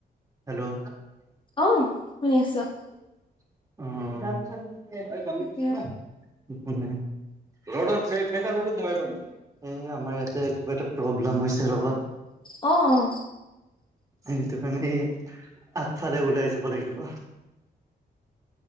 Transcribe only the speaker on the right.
হেল্ল',
উম',
<unintelligible> এ', আমাৰ ইয়াতে কিবা এটা প্ৰব্লেম হৈছে ৰবা?
সেইটো কাৰণে, আগফালে ওলাই যাব লাগিব',